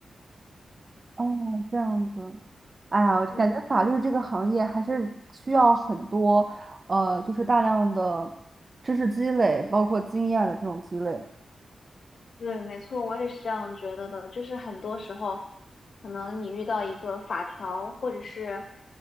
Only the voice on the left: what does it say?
嗯。
对，没错，我也是这样觉得的。就是很多时候，可能你遇到一个法条，或者是